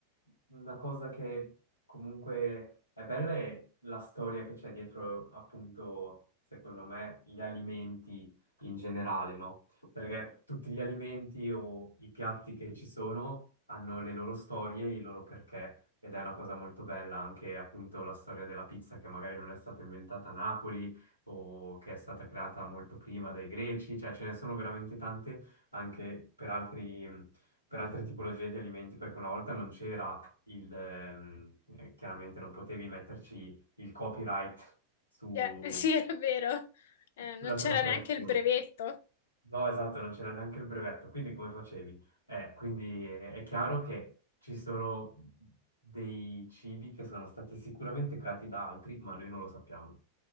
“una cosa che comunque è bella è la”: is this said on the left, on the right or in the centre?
Left